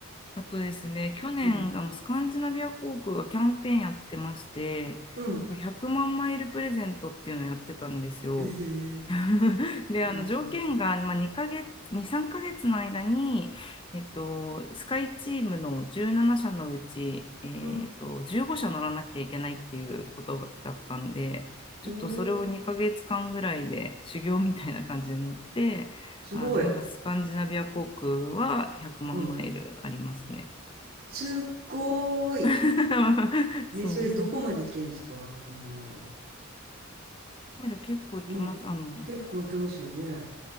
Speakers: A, on the left; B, on the right.
A: あとですね、去年、
B: うん。
A: あの、スカンジナビア航空がキャンペーンやってまして、
B: うん。
A: なんか100万マイルプレゼントっていうのをやってたんですよ。
B: ええ
A: <laughs> で、あの、
B: 何それ。
A: 条件が、まあ、2ヶ月、2、3ヶ月の間に、えっと、スカイチームの17社のうち、えっと、
B: うん。
A: 15社乗らなきゃいけないっていうことだったんで、ちょっとそれを2ヶ月間ぐらいで修行みたいな感じで乗って、
B: おー、すごい。
A: あの、今、スカンジナビア航空は100万マイルありますね。
B: うん。すっごーい。
A: <laughs> そうそう。
B: え、それどこまで行けるんですか、1万マイル。
A: マイル結構行きます。
B: もう結構行けますよね。
A: あの、